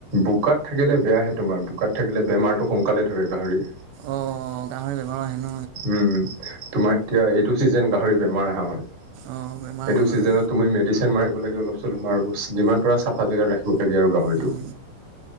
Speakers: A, on the right (about 40°); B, on the right (about 85°).
A: বোকাত থাকিলে বেয়াহে তোমাৰ বোকাত থাকিলে বেমাৰটো সোনকালে ধৰে গাহৰি।
B: অঁ গাহৰি বেমাৰ আহে ন
A: উম তোমাৰ এতিয়া এইটো চিজন গাহৰি বেমাৰ অহা হয়। সেইটো
B: অঁ বেমাৰ আহে
A: চিজনত
B: বাৰু
A: তুমি মেডিচিন মাৰিব লাগে অলপ চলপ মাৰো যিমান প চাফা জেগাত ৰাখি লাগে আৰু গাহৰিটো।
B: উম